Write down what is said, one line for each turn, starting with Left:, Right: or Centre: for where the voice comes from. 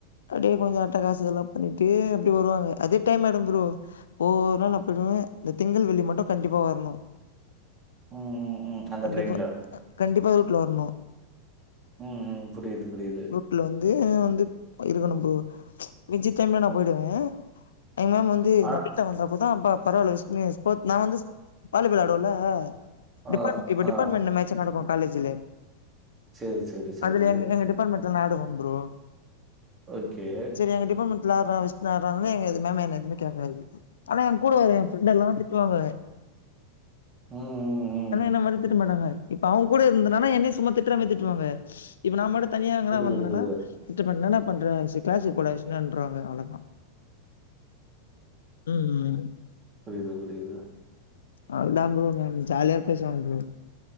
Left: அப்டியே கொஞ்சோ அட்டகாசோ இதெல்லா பண்ணிட்டு அப்டி வருவாங்க அதே டைம் ஆய்டு ப்ரோ ஒவ்வொரு நாள் நா போய்டுவே இந்த திங்கள் வெள்ளி மட்டு கண்டிப்பா வர்ணு
Right: ம், ம், ம். அந்த
Left: கண்டிப்பா
Right: ட்ரெயின்ல.
Left: கண்டிப்பா ரூட்ல வரணு
Right: ம் ம் புரியுது புரியுது
Left: ரூட்ல வந்து வந்து இருக்கணும் பரோ மிச்சி டைம்ல நா போய்டுவே எங்க மேம் வந் த்து
Right: ஆனா
Left: நா வீட்ட வந்த அப்பதா அப்ப பரவால்ல விஷ்ணு ஸ்பேட் நா வந்து வாலிஃபால் ஆயிடுவேல
Right: ஆ,
Left: டிபார்ட் இப்ப
Right: ஆ.
Left: டிபார்ட்மெண்ட் மேட்ச் நடக்கு காலேஜ்லே
Right: சரி, சரி, சரி.
Left: அதுல எங் எங்க டிபார்ட்மெண்ட் த்து நடக்கு ப்ரோ
Right: ஓகே
Left: செரி எங்க டிபார்ட்மெண்ட்ல ஆட்றா விஷ்ணு ஆட்றானே எங்க இது மேம் என்ன எதுவுமே கேக்காது ஆனா ஏ கூட வர எ பிரெண்ட்டெல்லா திட்டுவாங்க
Right: ம், ம், ம்.
Left: ஆனா என்ன மட்டு திட் ட்ட மாட்டாங்க இப்ப அவுங்க கூட இருந்தன்னா என்னயு சும்மா திட்ற மாரி திட்டுவாங்க இப்ப நாம மட்டு தனியா என்னடா
Right: புரியுது,
Left: பண்றனா
Right: புரியுது.
Left: <unintelligible> இப்ப என்னடா பண்றா விஷ்ணு க்ளாஸ்க்கு போடா விஷ்ணுன்றுவாங்க அவ்ளோதா ம் ம்
Right: புரியுது புரியுது
Left: அவ்ள்தா ப்ரோ மேம் ஜாலியா பேசுவாங்க ப்ரோ